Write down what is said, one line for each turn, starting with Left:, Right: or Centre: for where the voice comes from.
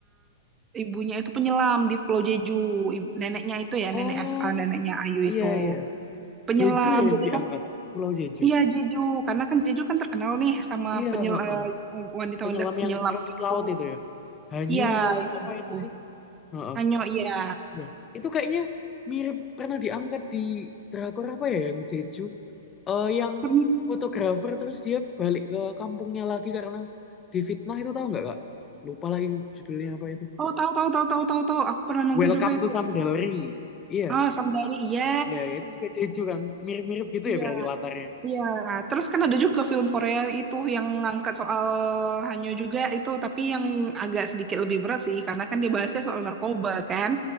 Right: ibunya itu penyelam di Pulau Jeju. Ib- Neneknya itu ya,
Left: Oh,
Right: nenek SA, neneknya Ayu
Left: iya
Right: itu
Left: iya.
Right: penyelam.
Left: Jeju ya yang
Right: Jadi
Left: diangkat.
Right: kan
Left: Pulau Jeju.
Right: Iya Jeju, karena kan Jeju kan terkenal nih sama
Left: Iya,
Right: penyel
Left: heeh.
Right: eh, wanita-wanita
Left: Penyelam
Right: penyelam
Left: yang rumput
Right: itu.
Left: laut itu ya. Hanya
Right: Iya,
Left: apa
Right: itu
Left: apa
Right: gitu.
Left: itu sih? Heeh.
Right: Hanyo, iya.
Left: Iya. Itu kayaknya mirip pernah diangkat di drakor apa ya yang Jeju? Eh yang
Right: Pern-
Left: fotografer terus dia balik ke kampungnya lagi karena difitnah itu tahu nggak Kak? Lupa lagi judulnya apa itu.
Right: Oh, tahu tahu tahu tahu tahu tahu. Aku pernah nonton
Left: Welcome
Right: juga itu.
Left: to Samdalri. Iya.
Right: Ah, Samdari. Iya.
Left: Iya, itu juga Jeju kan. Mirip-mirip gitu
Right: Iya,
Left: ya berarti latarnya.
Right: iya. Terus kan ada juga film Korea itu yang ngangkat soal Hanyo juga itu, tapi yang agak sedikit lebih berat sih karena kan dia bahasnya soal narkoba kan.